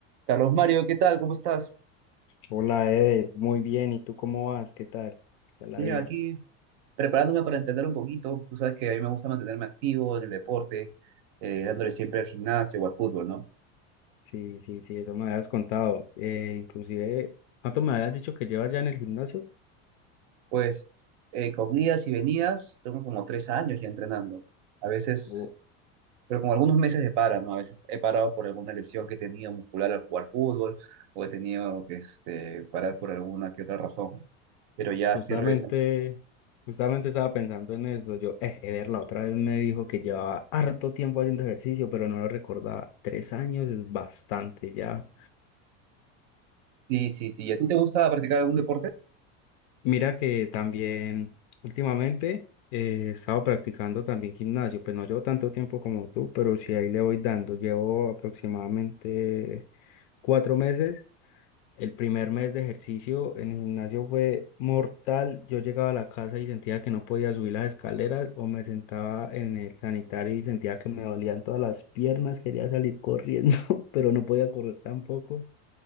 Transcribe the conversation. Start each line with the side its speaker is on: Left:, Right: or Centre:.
Right: Carlos Mario, ¿qué tal? ¿Cómo estás?
Left: Hola, Eder, muy bien. ¿Y tú cómo vas? ¿Qué tal? ¿Qué tal la
Right: Bien,
Left: vida?
Right: aquí preparándome para entender un poquito. Tú sabes que a mí me gusta mantenerme activo en el deporte, eh, dándole siempre al gimnasio o al fútbol, ¿no?
Left: Sí, sí, sí, eso me habías contado. Eh, inclusive, ¿cuánto me habías dicho que llevas ya en el gimnasio?
Right: Pues eh, con idas y venidas, tengo como tres años ya entrenando. A veces,
Left: Oh,
Right: pero con algunos meses de para, ¿no? A veces he parado por alguna lesión que he tenido muscular al jugar fútbol o he tenido que este, parar por alguna que otra razón. ¿no? Pero ya
Left: justamente,
Right: estoy regresando.
Left: justamente estaba pensando en eso. Yo, eh, Eder la otra vez me dijo que llevaba harto tiempo haciendo ejercicio, pero no lo recordaba. Tres años es bastante ya.
Right: Sí, sí, sí. ¿Y a ti te gusta practicar algún deporte?
Left: Mira que también últimamente eh, he estado practicando también gimnasio, pues no llevo tanto tiempo como tú, pero sí ahí le voy dando. Llevo aproximadamente cuatro meses. El primer mes de ejercicio en el gimnasio fue mortal. Yo llegaba a la casa y sentía que no podía subir las escaleras o me sentaba en el sanitario y sentía que me dolían todas las piernas. Quería salir corriendo, <laughs> pero no podía correr tampoco.